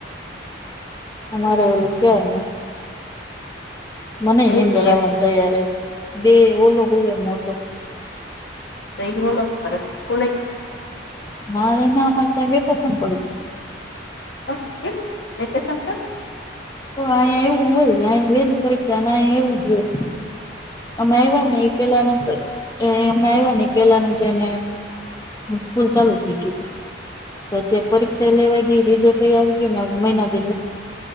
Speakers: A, on the left; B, on the left.
A: અમારે ઓલો ક્યાર મને
B: બે
A: એની અંદર
B: કે
A: આવવાની
B: એક
A: તૈયાર બે ઓલો હોયમ મોટો
B: <unintelligible>
A: <unintelligible>
B: <unintelligible>
A: તો અહીયા એવું હોય અ લે ને પરીક્ષાને અયા એવું જ હોય. અમે આવવા ને એ પેલા ન એ એમને આવ્યા ન પેલા જેને સ્કૂલ ચાલુ થઇ ગયું હતી. તો અત્યારે પરીક્ષા લેવાઈ ગય રીજે તોઈ આવી ગયું ને મહિના દે